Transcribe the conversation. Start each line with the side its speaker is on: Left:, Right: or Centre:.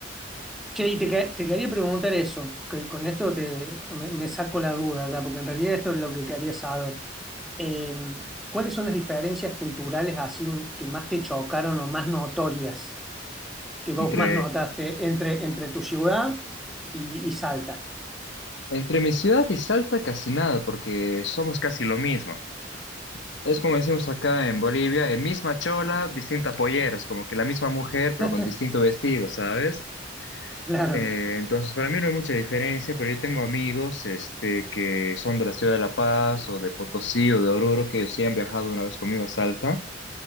Centre: Che, y te, que- te quería preguntar eso, que con esto te, me, me saco la duda ya, porque en realidad esto es lo que quería saber. Eh, ¿cuáles son las diferencias culturales así que más te chocaron o más notorias? que vos
Left: Entre,
Centre: más notaste entre, entre tu ciudad y, y Salta.
Left: entre mi ciudad y Salta casi nada, porque somos casi lo mismo. Es como decimos acá en Bolivia, eh, misma chola, distinta pollera, es como que la misma mujer, pero
Centre: <laughs>
Left: con distinto vestido, ¿sabes?
Centre: Claro,
Left: Eh, entonces, para mí no hay mucha diferencia, pero yo tengo amigos este, que son de la ciudad de La Paz o de Potosí o de Oruro que sí han viajado una vez conmigo a Salta.